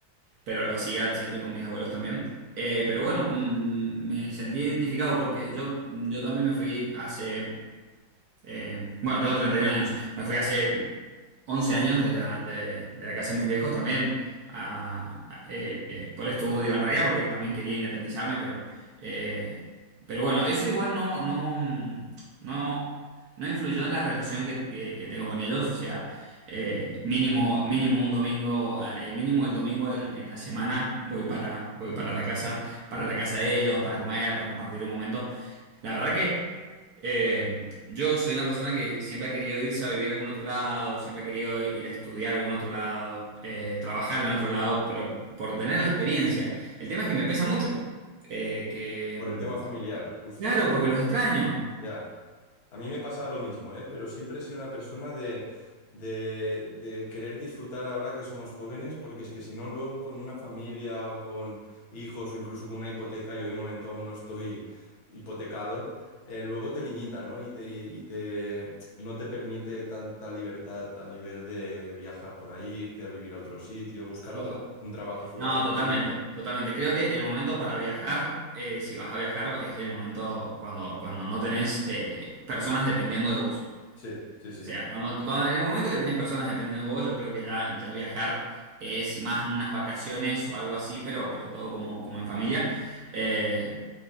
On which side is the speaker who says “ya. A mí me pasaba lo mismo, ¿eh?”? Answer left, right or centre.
Left